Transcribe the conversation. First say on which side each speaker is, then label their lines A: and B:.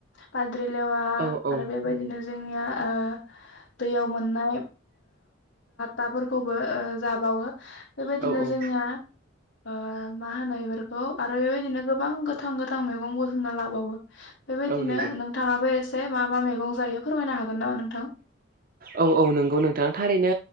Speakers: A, on the left; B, on the right.
A: बा द्रिलेवा
B: औ औ
A: आरो बेबायदिनो जोंनिया ओ दैयाव मोननाय लाफोरखौबो जाबावो बेबायदिनो
B: औ औ
A: जोंनिया ओ मा होनो बेफोरखौ आरो बेबायदिनो गोबां गोथां गोथां मैगं बुथुमना लाबावो बेबायदिनो
B: औ नंगौ
A: नोंथाङाबो एसे मा मा मैगं जायो फोरमायनो हागोन नामा नोंथां?
B: औ औ नंगौ नोंथां थारैनो